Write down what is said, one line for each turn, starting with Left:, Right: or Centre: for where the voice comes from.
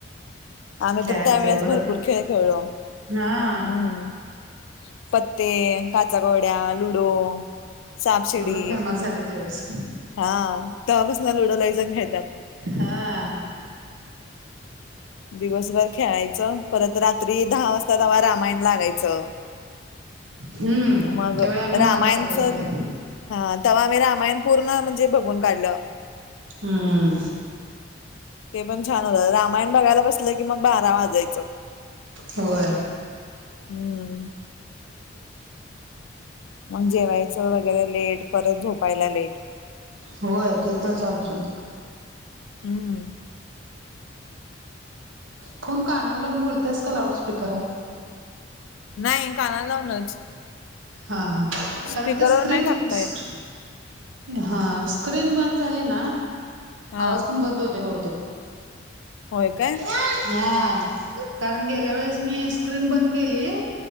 Left: आम्ही
Right: खेळायचं
Left: तर त्यावेेळेस
Right: परत
Left: भरपूर खेळ खेळलो,
Right: हा
Left: हम्म. पत्ते, काचाकवड्या, लुडो, सापशिडी.
Right: ते फेमस झालं त्यावेळेस.
Left: हा तेव्हा पासन लुडो लईजन खेळतात.
Right: हा.
Left: दिवसभर खेळायचं, परत रात्री दहा वाजता तेव्हा रामायण लागायचं.
Right: हम्म
Left: मग
Right: त्यावेळी आम्ही महाभारत
Left: रामायणच.
Right: बघितलं
Left: हा तवा आम्ही रामायण पूर्ण म्हणजे बघून काढलं.
Right: हम्म
Left: ते पण छान होत रामायण. बघायला बसलं की मग बारा वाजायचं,
Right: होय
Left: हम्म. मग जेवायचं वगैरे लेट परत झोपायला लेट.
Right: होय ते तर चालु शकतंय.
Left: हम्म.
Right: फोन कानाला लावून बोलत आहेस का लाऊडस्पीकर आहे.
Left: नाही कानाला लावूनच.
Right: हां हां
Left: स्पीकरवर
Right: कारण ते स्क्रीम
Left: नाही टाकता
Right: स्
Left: येत
Right: हा, स्क्रीन बंद झाली ना.
Left: हा
Right: आवाज पण बंद होतोय बहुतेक.
Left: होय काय.
Right: हा कारण गेल्या वेळेस मी स्क्रीन बंद केली.